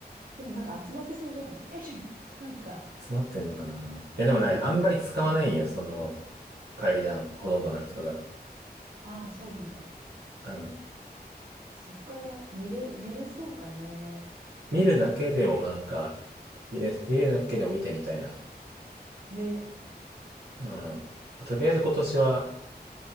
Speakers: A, on the right; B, on the right.
A: でも、なんか集まってそうじゃない <laughs> えなんか、
B: 集まってんのかな。いや、でもね、
A: 一人、
B: あんまり使わないんよ、
A: うん。
B: その階段、ほとんどの人が。
A: ああ、そうなんだ。
B: うん。
A: そっから見れ、見れそうかね。
B: 見るだけでもなんか、見れ、見るだけでも見てみたいな。
A: ね。
B: うん。あとりあえず今年は